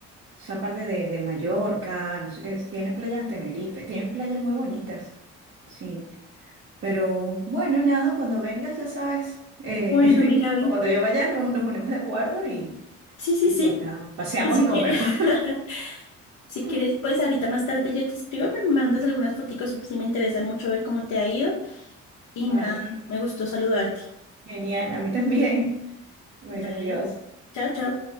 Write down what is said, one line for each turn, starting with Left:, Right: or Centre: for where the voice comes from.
Right: Esa parte de, de Mallorca, no sé qué, tiene playas de Tenerife, tiene playas muy bonitas, sí. Pero bueno, nada, cuando vengas ya sabes, eh,
Left: Bueno, mi
Right: <laughs>
Left: Gaby.
Right: o cuando yo vaya no- nos, ponemos de acuerdo y,
Left: Sí, sí,
Right: y
Left: sí.
Right: pues nada, paseamos
Left: que Si
Right: y
Left: quieres,
Right: comemos.
Left: <laughs> si
Right: <laughs>
Left: quieres, pues ahorita más tarde yo te escribo, me mandas algunas foticos si me interesan mucho ver cómo te ha ido y
Right: Vale,
Left: nada, me gustó saludarte.
Right: genial, a mí también. Bueno,
Left: Dale.
Right: adiós.
Left: Chao, chao.